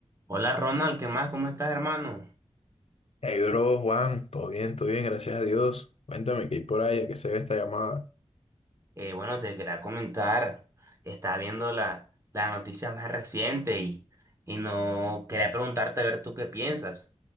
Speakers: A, on the right; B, on the left.
A: Hola Ronald, ¿qué más? ¿Cómo estás, hermano?
B: Hey, bro, Juan, todo bien, todo bien, gracias a Dios. Cuéntame qué hay por ahí, a qué se ve esta llamada.
A: Eh, bueno, te quería comentar, estaba viendo la, la noticia más reciente y, y no quería preguntarte a ver tú qué piensas